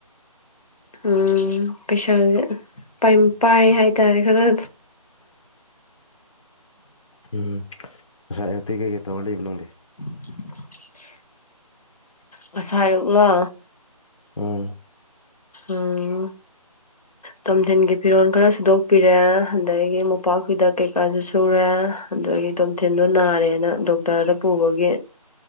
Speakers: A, on the left; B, on the left.
A: ꯎꯝ ꯄꯩꯁꯥꯥꯁꯦ ꯄꯥꯏ ꯍꯥꯏꯇꯥꯔꯦ ꯈꯔ
B: ꯎꯝ ꯉꯁꯥꯏ ꯑꯉꯇꯩ ꯀꯩꯀꯩ ꯇꯧꯔ ꯂꯩꯕ ꯅꯪꯗꯤ
A: <inaudible> ꯉꯁꯥꯏ ꯑꯌꯨꯛꯂꯣ
B: ꯎꯝ
A: ꯎꯝ ꯇꯣꯝꯊꯤꯟꯒꯤ ꯐꯤꯔꯣꯜ ꯈꯔ ꯁꯨꯗꯣꯛꯄꯤꯔꯦ ꯑꯗꯒꯤ ꯃꯣꯝꯄꯥꯛꯀꯤꯗ ꯀꯩꯀꯥꯁꯨ ꯁꯨꯔꯦ ꯑꯗꯒꯤ ꯇꯣꯝꯊꯤꯟꯗꯣ ꯅꯥꯔꯦꯅ ꯗꯣꯛꯇꯔꯗ ꯄꯨꯕꯒꯤ